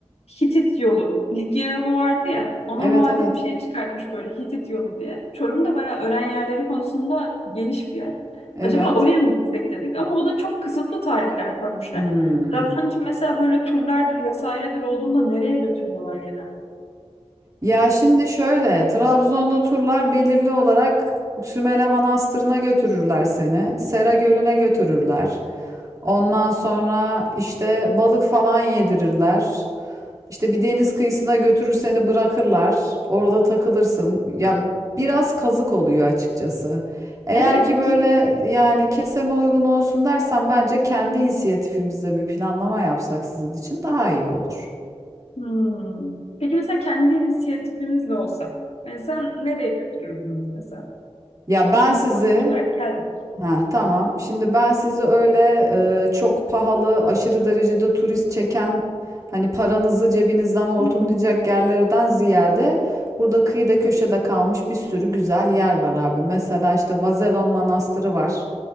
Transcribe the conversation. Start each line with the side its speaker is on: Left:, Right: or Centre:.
Left: Hitit yolu Likya yolu vardı ya ona
Right: Evet
Left: muadil
Right: evet.
Left: bir şey çıkartmış böyle Hitit yolu diye Çorum da bayağı öğren yerleri konusunda geniş bir yer
Right: Evet.
Left: acaba oraya mı gitsek dedik ama o da çok kısıtlı tarihler koymuşlar
Right: Hmm.
Left: Trabzon için mesela böyle turlardır vesairedir olduğunda nereye götürüyorlar genelde
Right: Ya şimdi şöyle Trabzon'da turlar belirli olarak Sümele Manastırı'na götürürler seni. Sera Gölü'ne götürürler. Ondan sonra işte balık falan yedirirler. İşte bir deniz kıyısına götürür seni bırakırlar. Orada takılırsın. Ya biraz kazık oluyor açıkçası. Eğer
Left: evet
Right: ki böyle
Left: bir-
Right: yani keseme uygun olsun dersen bence kendi inisiyatifimizle bir planlama yapsak sizin için daha iyi olur.
Left: Hmm. Peki mesela kendi inisiyatifimizle olsa hani sen nereye götürürdün bizi mesela
Right: Ya ben
Left: Biz misafir
Right: sizi
Left: olarak geldik.
Right: ha tamam. Şimdi ben sizi öyle e, çok pahalı, aşırı derecede turist çeken hani paranızı cebinizden hortumlayacak
Left: Hı hı.
Right: yerlerden ziyade burada kıyıda köşede kalmış bir sürü güzel yer var abi. Mesela işte Vazelon Manastırı var.